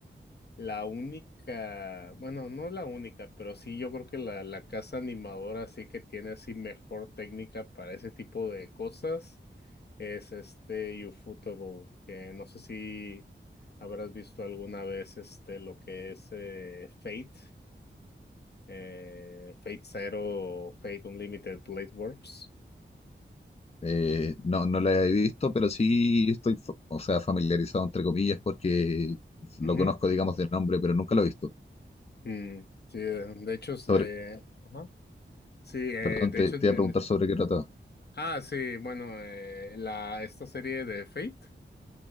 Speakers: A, on the left (about 55°); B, on the left (about 30°).
A: la única, bueno, no la única, pero sí yo creo que la, la casa animadora sí que tiene así mejor técnica para ese tipo de cosas es este Ufotable, que no sé si habrás visto alguna vez este lo que es eh, Fate, eh, Fate Zero o Fate Unlimited Blade Works.
B: Eh, no, no la he visto, pero sí estoy, fa- o sea, familiarizado entre comillas porque lo
A: Ujú.
B: conozco, digamos, de nombre, pero nunca lo he visto.
A: Mm, sí, de hecho, es,
B: Sobre,
A: eh, ajá. sí, eh,
B: perdón,
A: de
B: te,
A: hecho,
B: te
A: de-
B: iba a preguntar sobre qué trataba.
A: ah, sí, bueno, eh, la, esta serie de Fate.